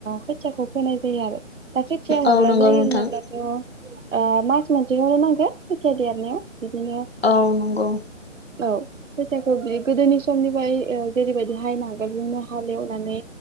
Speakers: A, on the right (about 80°); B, on the left (about 55°).
A: खोथियाखौ फोनाय जायो आरो दा खोथिया माब्ला
B: औ नंगौ
A: जायो
B: नोंथां
A: होनोब्लाथ'ओ मास मोनसेखौनो नांगोन खोथिया देरनायाव। बिदिनो
B: औ नंगौ
A: औ खोथियाखौ बिदि गोदोनि समनिफ्राय जेरैबायदि हाइ नागोलजोंनो हालेवनानै